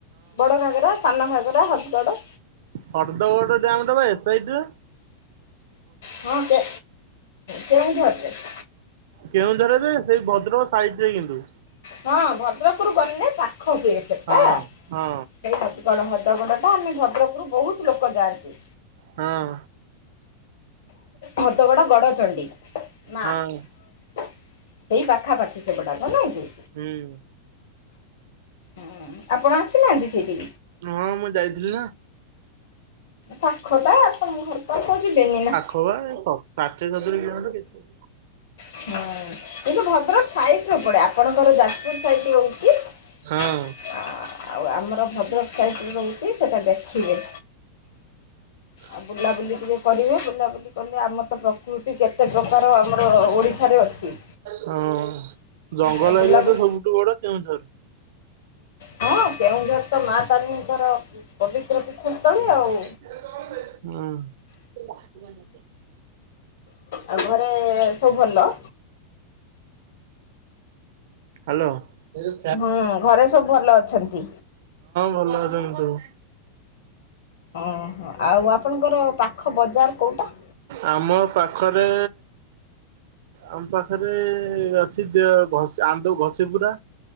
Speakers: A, on the left; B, on the right.
A: ବଡ ଘାଗରା ସାନ ଘାଗରା ହଦଗଡ
B: ହର୍ଦ୍ଦ ବ ଡାମ ଟ ବା ଏରେ
A: ହଁ କେ କେଉଁଠି ଅଟ <unintelligible>
B: କେଉଁଝରେ ଯେ ସେଇ ଭଦ୍ରକ ସାଇଟ ରେ କିନ୍ତୁ
A: ହଁ ଭଦ୍ରପୁର ଗଲେେ ପାଖ ହୁଏ ସେଟା
B: ହଁ
A: ସେଇ
B: ହଁ
A: କଣ ଭଦ୍ରଗଣ୍ଡ ଟା ଆମେ ଭଦ୍ରକରୁ ବହୁତ ଲୋକ ଯାଆନ୍ତି
B: ହଁ
A: ହଦଗୋଡ ଗଡଚଣ୍ଡୀ ମା
B: ହଁ
A: ସେଇ ପାଖାପାଖି ସେଗୁଡାକ ନାଇଁ କି
B: ହୁଁ
A: ହୁଁ ଆପଣ ଆସିନାହାନ୍ତି ସେଇଠି
B: ହଁ ମୁଁ ଯାଇଥିଲି ନା
A: ପାଖ ଟା ଆପଣଙ୍କ ଘର ତ ଆଉ କଉ ଯିବେନି ନା
B: ହଉବା ଏ ସାତ ସତୁରେ କିଣନ୍ତୁ କେତେ
A: ହୁଁ କିନ୍ତୁ ଭଦ୍ର ସାଇ ପଡେ ଆପଣଙ୍କର ଯାଜପୁର ସାଇଡ ହଉଛି
B: ହଁ
A: ଆଉ ଆମର ଭଦ୍ରକ ସାଇଡ଼ରେ ରହୁଛି ସେଇଟା ଦେଖିବେ
B: ହ <unintelligible>
A: ଆଉ ବୁଲାବୁଲିଏ କରିବେ ବୁଲାବୁଲି କଲେ ଆମର ତ ପ୍ରକୃତି କେତେ ପ୍ରକାର ଆମର ଓଡ଼ିଶ ଥରେ ଅଛି
B: ହଁ ଜଙ୍ଗଲ
A: ଆଉ ବୁଲାବୁଲି
B: ଏରିଆ ତ ସବୁଠୁ ବଡ କେଉଁଝର
A: ହଁ କେଉଝର ତ ମା ତାରିଣୀଙ୍କର ପବିତ୍ର ପୃଠସ୍ଥଳୀ ଆଉ
B: ହୁଁ <unintelligible>
A: ଆଉ ଘରେ ସବୁ ଭଲ।
B: ହାଲୋ। ହଁ
A: ହୁଁ ଘରେ ସବୁ ଭଲ ଅଛନ୍ତି।
B: ଭଲ ଅଛନ୍ତି ସବୁ।
A: ଓହୋ ଆଉ ଆପଣଙ୍କର ପାଖ ବଜାର କୋଉଟା।
B: ଆମ ପାଖରେ ଆମ ପାଖରେ ଅଛି ଦେଓ ଘସି ଆନ୍ଦ ଘଷି ପୁରା।